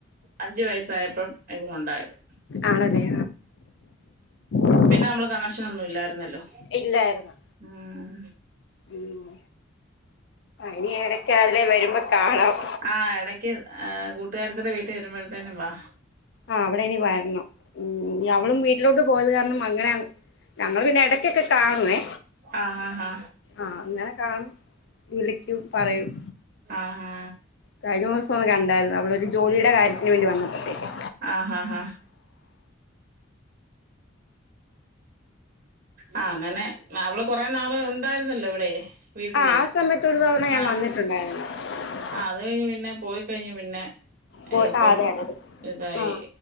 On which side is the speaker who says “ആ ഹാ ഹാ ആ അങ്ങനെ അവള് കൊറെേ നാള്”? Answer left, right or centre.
Right